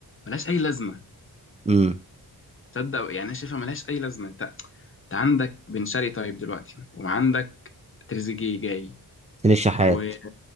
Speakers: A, on the left; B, on the right.
A: ملهاش اي لازمه
B: امم
A: تصدق يعني انا شايفها ملهاش اي لازمه انت انت عندك بن شرقي طيب دلوقتي وعندك تريزيجيه جاي
B: حسين الشحات
A: و...